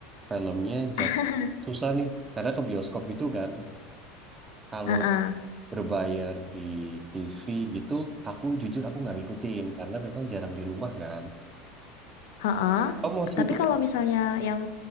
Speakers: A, on the right; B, on the left.
A: filmnya jap
B: <laughs>
A: susah nih. Karena ke bioskop gitu kan. Kalau
B: heeh,
A: berbayar di TV gitu, aku jujur aku nggak ngikutin karena memang jarang di rumah kan.
B: heeh.
A: Kamu mau ngikutin
B: Tapi kalau misalnya yang